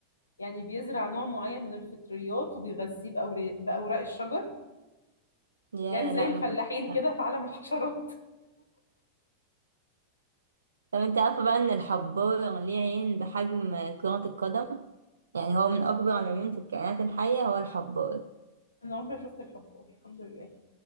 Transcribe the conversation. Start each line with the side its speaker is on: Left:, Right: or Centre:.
Left: يعني بيزرع نوع معين من الفطريات وبيغذيه بأوراق بأوراق الشجر
Right: يا
Left: يعني زي
Right: لا
Left: الفلاحين
Right: ما فيهوش
Left: كده في عالم الحشرات
Right: طب انت عارفه بقى ان الحبار ليه عين بحجم كرة القدم يعني هو من اكبر العيون في الكائنات الحية هو الحبار
Left: <laughs> انا عمري ما شفت الحبار الحمد لله